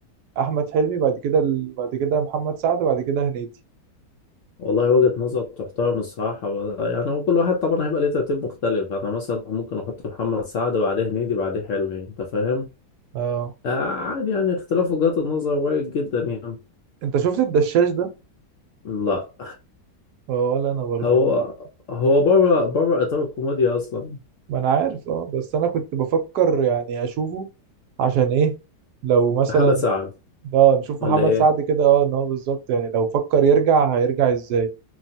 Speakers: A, on the right; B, on the left.
A: أحمد حلمي بعد كده بعد كده محمد سعد بعد كده هنيدي
B: والله وجهة نظر تحترم الصراحة يعني هو كل واحد طبعا هيبقى ليه ترتيب مختلف انا مثلا ممكن احط محمد سعد بعديه هنيدي بعديه حلمي انت فاهم
A: اه
B: آه عادي يعني اختلاف وجهات النظر وارد جدا يعني
A: أنت شفت الدشاش ده؟
B: لا
A: اه ولا انا برضه
B: هو
A: انا
B: هو بره بره اطار الكوميديا اصلا
A: ما أنا عارف أه بس أنا كنت بفكر يعني أشوفه عشان إيه لو مثلا
B: محمد سعد
A: اه نشوف
B: ولا
A: محمد
B: ايه
A: سعد كده اه ان هو بالظبط يعني لو فكر يرجع هيرجع ازاي